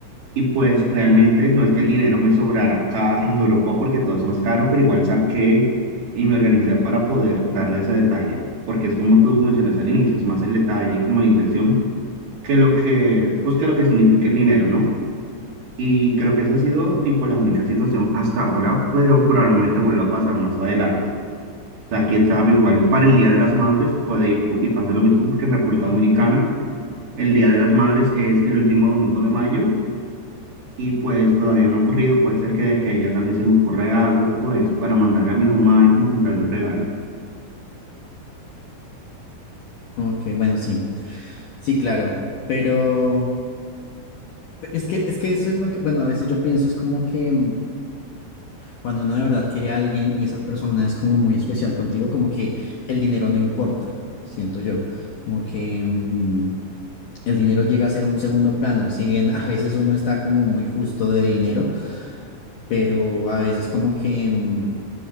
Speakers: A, on the right; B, on the left.
A: Y pues realmente no es que el dinero me sobrara acá en Europa porque todo es más caro, pero igual saqué y me organicé para poder darle ese detalle, porque es como tú mencionas al inicio, es más el detalle y como la intención que lo que, pues que lo que significa el dinero, ¿no? Y creo que esa ha sido tipo la única situación hasta ahora, pero probablemente vuelva a pasar más adelante. O sea, quién sabe, igual para el Día de las Madres puede ir po- y pase lo mismo porque en República Dominicana el Día de las Madres es el último domingo de mayo y pues todavía no ha ocurrido, puede ser que de que a ella también se me ocurra algo, pues para mandarle a mi mamá y como comprarle un regalo.
B: Ok, bueno, sí, sí, claro, pero pero es que, es que eso es lo que, bueno, a veces yo pienso, es como que... mm, Cuando uno de verdad quiere a alguien y esa persona es como muy especial contigo, como que el dinero no importa, siento yo. Como que mm, el dinero llega a ser un segundo plano, si bien a veces uno está como muy justo de dinero, pero a veces como que mm,